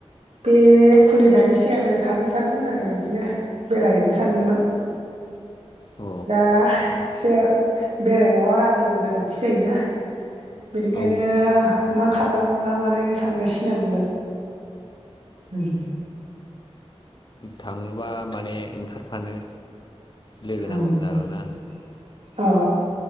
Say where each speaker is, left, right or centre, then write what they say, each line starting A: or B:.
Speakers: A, on the right; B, on the left.
A: बे खुलिनायनि सिगांनो थांनो सानदोंमोन आरो बिदिनो बेरायहैनो सानदोंमोन।
B: औ
A: दा एसे बेरायनायाव रांनिबो गोनांथि जायोना। बेनिखायनो
B: औ
A: मा खालामनो मा मानो सानगासिनो आं दा उम
B: थाङोबा माने ओंखारफानो लोगो नांगौमोन
A: ओम
B: आरोना
A: अ